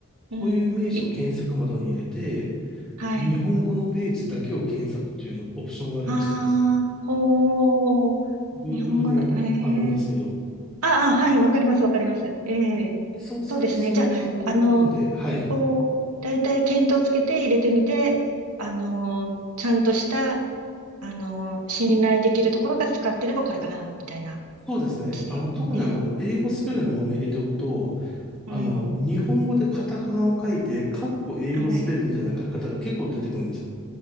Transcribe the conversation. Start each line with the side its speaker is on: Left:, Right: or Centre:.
Right: うん。
Centre: こういう名詞を検索窓に入れて、
Right: い、はい。
Centre: 日本語のページだけを検索っていうのオプションがあるの知ってます
Right: ああ、ほう。
Centre: Google
Right: 日本語の、
Centre: にあるんですけど、
Right: ええああ、はい、わかります、わかります。ええそうですね。
Centre: でそうするとその単語を含んで、
Right: じゃあ、あの、
Centre: はい。
Right: こう、だいたい見当つけて入れてみて、あの、ちゃんとした、あの、信頼できるところが使ってればこれかな、みたいな
Centre: そうですね。
Right: 感じでね。
Centre: あの、特にあの、英語スペルのまま入れておくと、
Right: うん。
Centre: あの、日本語でカタカナを書いて、カッコ英語スペルみたいな書き方が結構出てくるんですよ。
Right: はい。